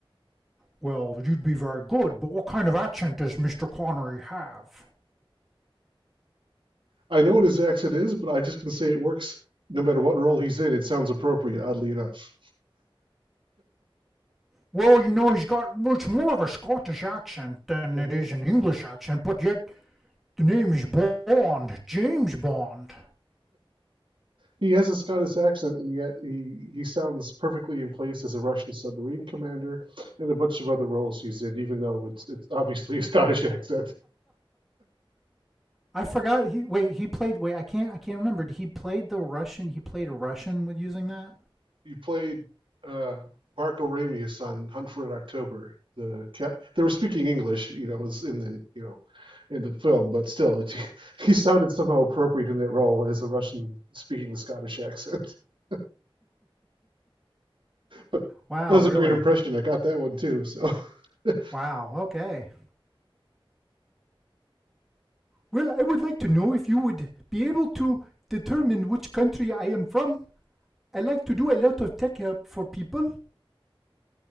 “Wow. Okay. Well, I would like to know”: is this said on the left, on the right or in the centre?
Centre